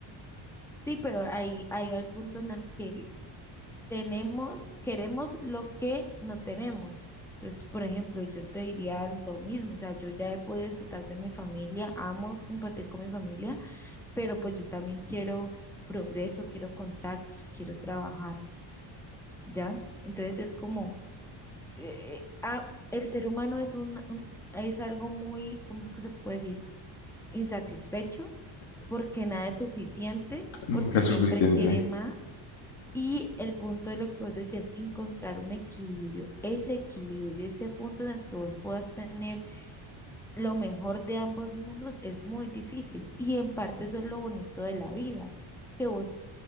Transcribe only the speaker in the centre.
Sí, pero ahí, ahí va el punto en el que tenemos, queremos lo que no tenemos. Entonces, por ejemplo, yo te diría lo mismo, o sea, yo ya he podido disfrutar de mi familia, amo compartir con mi familia, pero pues yo también quiero progreso, quiero contactos, quiero trabajar, ¿ya? Entonces es como, eh, eh, ah, el ser humano es un, un- es algo muy, ¿cómo es que se puede decir? Insatisfecho, porque nada es suficiente,
porque
siempre
quiere más y el punto de lo que vos decías, encontrar un equilibrio, ese equilibrio, ese punto en el que vos puedas tener lo mejor de ambos mundos es muy difícil. Y en parte eso es lo bonito de la vida, que vos,